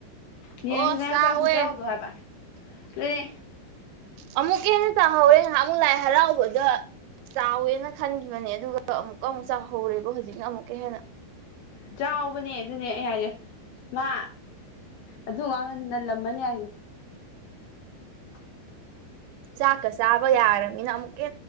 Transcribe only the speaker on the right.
ꯑꯣ
ꯆꯥꯎꯋꯦ
ꯑꯃꯨꯛ ꯀꯦꯟꯅ ꯆꯥꯍꯧꯋꯦꯨꯛ ꯂꯥꯏ ꯍꯔꯥꯎꯕꯗ ꯆꯥꯎꯋꯦꯅ ꯈꯟꯈꯤꯕꯅꯦ ꯑꯗꯨꯒ ꯑꯃꯨꯛ ꯑꯃꯨꯛ ꯆꯥ ꯍꯧꯔꯦꯕ ꯍꯧꯖꯤꯛꯅ ꯑꯃꯨꯛꯀ ꯍꯦꯟꯅ
ꯆꯥꯛꯀ ꯆꯥꯕ ꯌꯥꯔꯕꯅꯤꯅ ꯑꯃꯨꯛ ꯀ